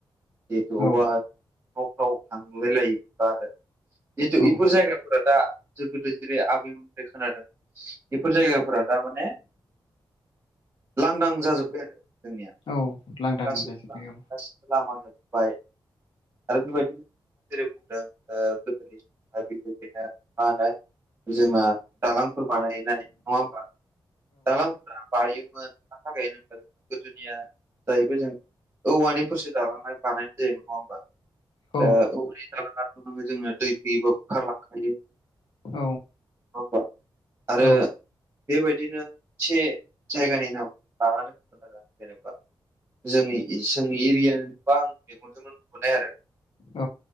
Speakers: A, on the right; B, on the left.
A: जिहेथु
B: औ
A: अबेबा न'फ्राव थांलाय लायोमोनबा आरो। जिथु
B: औ
A: इफोर जायगाफोरा दा जो गोदो जेरै आबैमोननिफ्राय खोनादों बेफोर जायगाफोरा दा माने लांदां जाजोब्बाय आरो जोंनिया
B: औ लांदां
A: गासै
B: जाजोब्बाय औ
A: <unintelligible> लामा जाजोबबाय आरो बेबायदिनो जेरै बुंदों ओ गोदोनि बेबायदिनो मा होनो जोंना दालांफोर बानाय नाय नङा होमबा दालां बायोमोन <unintelligible> गोदोनिया जाहैबाय जों औवानिफोरसो दालांनाय। बानायनाय जायोमोन नङा होमबा
B: औ
A: आरो औरै दालाङाथ' नोङो जोङो दै फुयोबा बुखारलांखायो नङा
B: औ
A: होमबा आरो
B: औ
A: बेबायदिनो से जायगानि नाम लानानै <unintelligible> जेनेबा जोंनि जोंनि एरिया गोबां मेगनजोंनो नुबोनाय आरो
B: औ